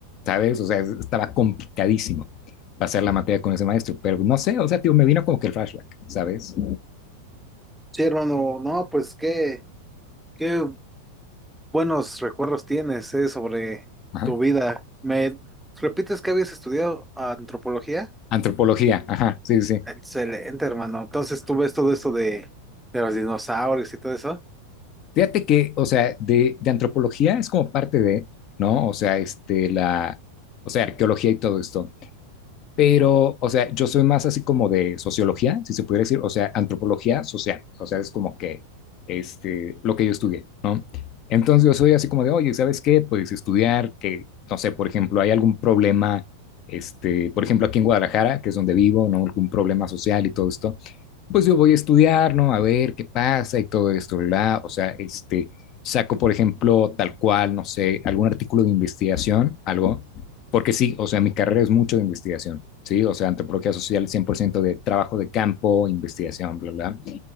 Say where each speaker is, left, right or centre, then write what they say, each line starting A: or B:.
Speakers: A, on the left; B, in the centre.
A: ¿Sabes? O sea, es- estaba complicadísimo pasar la materia con ese maestro, pero no sé, o sea, tío, me vino como que el flashback, ¿sabes?
B: Sí, hermano, no, pues qué, qué buenos recuerdos tienes, eh, sobre
A: Ajá.
B: tu vida. ¿Me repites que habías estudiado antropología?
A: Antropología, ajá, sí, sí. sí.
B: Excelente, hermano. Entonces tú ves todo esto de, de los dinosaurios y todo eso.
A: Fíjate que, o sea, de, de antropología es como parte de, ¿no? O sea, este, la, o sea, arqueología y todo esto. Pero, o sea, yo soy más así como de sociología, si se pudiera decir, o sea, antropología social. O sea, es como que, este, lo que yo estudié, ¿no? Entonces yo soy así como de, oye, ¿sabes qué? Pues estudiar que, no sé, por ejemplo, hay algún problema, este, por ejemplo, aquí en Guadalajara, que es donde vivo, ¿no? Algún problema social y todo esto pues yo voy a estudiar, ¿no? A ver qué pasa y todo esto, ¿verdad? O sea, este, saco, por ejemplo, tal cual, no sé, algún artículo de investigación, algo, porque sí, o sea, mi carrera es mucho de investigación, ¿sí? O sea, antropología social, 100% de trabajo de campo, investigación, bla, bla.